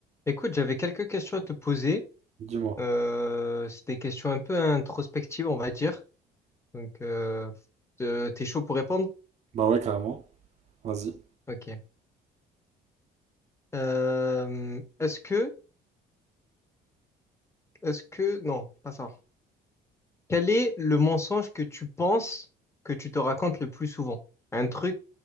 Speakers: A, on the left (about 15°); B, on the right (about 40°).
A: Écoute, j'avais quelques questions à te poser.
B: Dis-moi.
A: Euh, c'est des questions un peu introspectives, on va dire. Donc, euh, euh, t'es chaud pour répondre?
B: Bah ouais, carrément. Vas-y.
A: Ok. Euh, est-ce que, est-ce que, non, pas ça. Quel est le mensonge que tu penses que tu te racontes le plus souvent? Un truc,